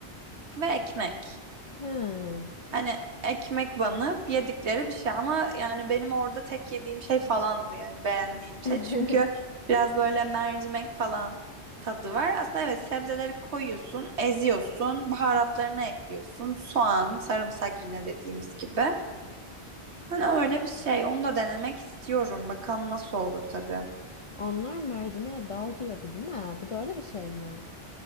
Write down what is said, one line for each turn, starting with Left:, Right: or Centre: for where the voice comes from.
Right: ve ekmek.
Left: Ha.
Right: Hani ekmek banıp yedikleri bir şey ama yani benim orada tek yediğim şey falandı yani beğendiğim
Left: <laughs>
Right: şey. Çünkü biraz böyle mercimek falan tadı var. Aslında evet sebzeleri koyuyorsun, eziyorsun, baharatlarını ekliyorsun. Soğan, sarımsak yine dediğimiz gibi. Hani öyle bir şey. Onu da denemek istiyorum. Bakalım nasıl olur tabii.
Left: Onlar mercimeğe dal diyordu değil mi? Bu da öyle bir şey mi?